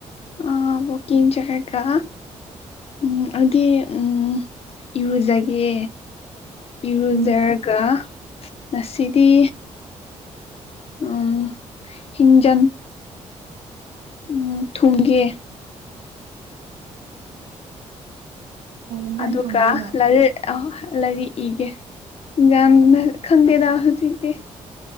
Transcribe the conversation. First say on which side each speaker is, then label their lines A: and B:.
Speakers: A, on the left; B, on the right.
A: ꯑ ꯋꯥꯛꯀꯤꯡ ꯆꯠꯂꯒ ꯎꯝ ꯑꯗꯤ ꯎꯝ ꯏꯔꯨꯖꯒꯦ ꯏꯔꯨꯖ
B: ꯎꯝ
A: ꯒ ꯉꯁꯤꯗꯤ ꯎꯝ ꯍꯤꯡꯖꯪ ꯎꯝ ꯊꯣꯡꯒꯦ
B: ꯀꯩ ꯏꯟꯖꯥꯡ
A: ꯑꯗꯨꯒ
B: ꯊꯣꯡꯗꯣꯏꯅꯣ
A: ꯂꯥꯏꯔꯤꯛ ꯑ ꯂꯥꯏꯔꯤꯛ ꯏꯒꯦ <unintelligible> ꯈꯪꯗꯦꯗ ꯍꯧꯖꯤꯛꯇꯤ